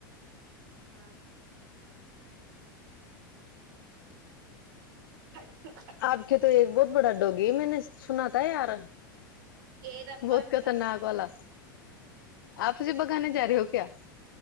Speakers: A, on the right (about 70°); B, on the left (about 75°).
A: ہاں <unintelligible>
B: آپ کی تو ایک بہت بڑا ڈوگی میں نے سنا تھا یار
A: یہ رب
B: بہت خطرناک
A: گرا
B: والا آپ نی بگانے جا رہے ہو کیا